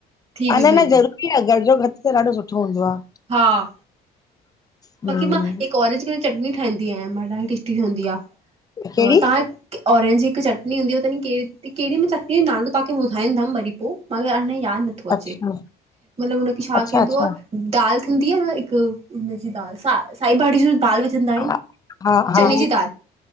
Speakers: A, on the right (about 35°); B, on the left (about 20°).
A: थी
B: अ
A: बि
B: न
A: वेंदो
B: न ज़रूरी आ घर जो भति त ॾाढो सुठो हूंदो आ,
A: हा,
B: हम्म
A: बाक़ी मां हिकु ऑरेंज कलर चटनी ठाहींदी आहियां मां ॾाढी टेस्टी ठहंदी आ,
B: कहिड़ी
A: अ-तव्हां कि ऑरेंज हिकु चटनी हूंदी हु तनि कहिड़ी -कहिड़ी में चटनी जो नालो तव्हांखे ॿुधाईंदमि वरी पो मांखे अञा यादि नथ थो अचे
B: अच्छा
A: मतिलबु हुनखे छा
B: अच्छा
A: केंदो
B: अच्छा
A: आ, दालि थींदी आ न हिकु सा साई भाॼी जी दाल विझंदा आहिनि,
B: हा हा
A: चने
B: हा
A: जी दाल,